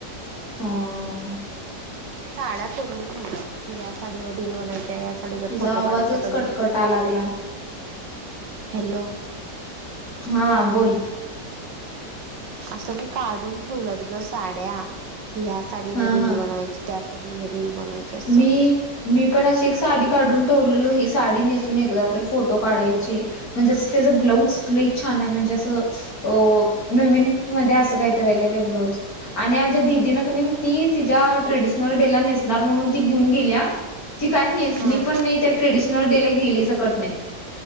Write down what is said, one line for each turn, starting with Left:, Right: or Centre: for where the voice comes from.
Left: अं..
Right: साड्या करून ठेवल्यात कि या साडीवं रील बनवायची या सा साडीवर
Left: तुझा
Right: फोटो
Left: आवाजच
Right: काढायचेत अजून.
Left: कटकटा लागलाय.
Right: हॅलो!
Left: हा बोल.
Right: असं मी काढून ठेवल्यात गं साड्या, की ह्या साडीवर
Left: हा
Right: रील
Left: हा
Right: बनवायची. त्या साडीवं रील बनवायची असं.
Left: मी मी पण अशी एक साडी काढून ठेवलेलो, ही साडी नेसून एकदा तर फोटो काढायचे. म्हणजे असं तेजं ब्लाऊज लय छानयं म्हणजे असं तो, नवीन मध्ये असं काय तरी हाय काय ते ब्लाऊज. आणि आमच्या दिदीनं पण ती तिज्या ट्रेडिशनल डे ला नेसणार म्हणून ती घिऊन गेलीया. ती काय नेसली
Right: हां.
Left: पण नाही, त्या ट्रेडिशनल डे ला गेली सकट नाही.